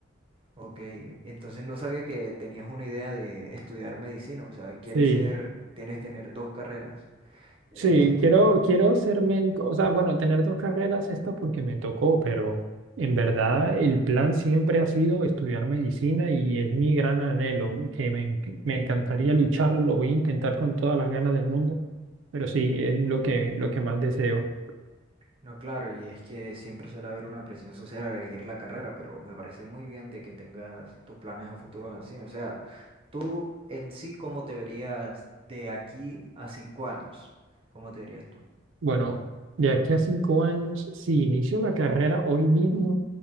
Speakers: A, on the right (about 30°); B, on the right (about 70°).
A: Ok, entonces no sabía que tenías una idea de estudiar medicina, o sea, quieres
B: sí,
A: ser, tienes tener dos carreras. Este,
B: sí, quiero, quiero ser médico, o sea, bueno, tener dos carreras, esta porque me tocó, pero en verdad el plan siempre ha sido estudiar medicina y es mi gran anhelo, que me, enc- me encantaría lucharlo, lo voy a intentar con todas las ganas del mundo, pero sí, es lo que, lo que más deseo.
A: no, claro, y es que siempre suele haber una presión social al elegir la carrera, pero me parece muy bien de que tengas tus planes a futuros así. O sea, tú en sí, ¿cómo te verías de aquí a cinco años? ¿Cómo te verías tú?
B: Bueno, de aquí a cinco años, si inicio la carrera hoy mismo,